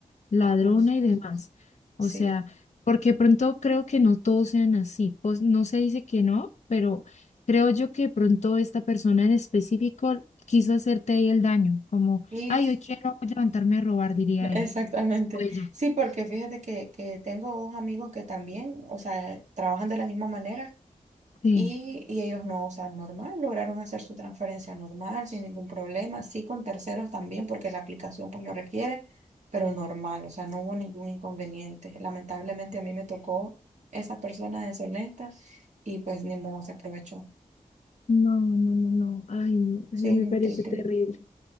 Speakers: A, on the left; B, on the right.
A: ladrona
B: exactamente,
A: y demás. O
B: sí.
A: sea, porque pronto creo que no todos sean así. Pues no se dice que no, pero creo yo que pronto esta persona en específico quiso hacerte ahí el daño, como,
B: Y
A: ay, hoy quiero levantarme a robar, diría
B: exactamente.
A: él. O ella.
B: Sí, porque fíjate que, que tengo dos amigos que también, o sea, trabajan de la misma manera
A: Sí.
B: Y, y ellos no, o sea, normal, lograron hacer su transferencia normal, sin ningún problema, sí con terceros también, porque la aplicación pues lo requiere, pero normal, o sea, no hubo ningún inconveniente. Lamentablemente a mí me tocó esa persona deshonesta y pues ni modo se aprovechó.
A: No, no, no, no. Ay, no,
B: Sí,
A: eso me
B: muy
A: parece
B: triste.
A: terrible.
B: Sí.